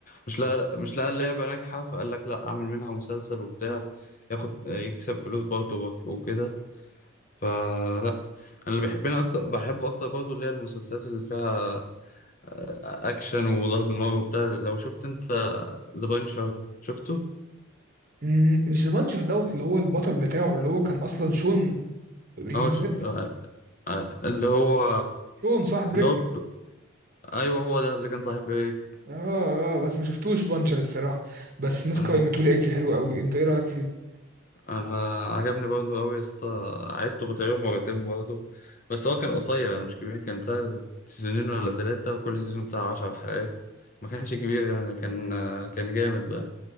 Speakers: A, on the left (about 40°); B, on the right (about 45°).
A: مش لا مش لقى اللعبه ناجحه فقال لك لا اعمل منها مسلسل وبتاع ياخد يكسب فلوس برضه وك- وكده فلا انا اللي بحبني اكتر بحبه اكتر برضه اللي هي المسلسلات اللي فيها آه، اكشن وضرب نار وبتاع لو شفت انت ذا بانشر شفته
B: مم، مش ذا بانشر دوت اللي هو البطل بتاعه اللي هو كان اصلا شون في بريكنج
A: اه ش...
B: باد
A: آه، آه، اللي هو
B: شون صح بريك
A: اللي هو ب... ايوه هو ده اللي كان صاحب ريك
B: اه اه آه، بس ما شفتوش بانشر الصراحه بس الناس
A: انا
B: قيمته لي قالت لي حلو قوي انت ايه رايك فيه
A: أنا عجبني برضه قوي يا اسطى عدته تقريبا مرتين برضه بس هو كان قصير يعني مش كبير كان بتاع سنين ولا ثلاثة وكل سيزون بتاع عشر حلقات ما كانش كبير يعني كان آه، كان جامد بقى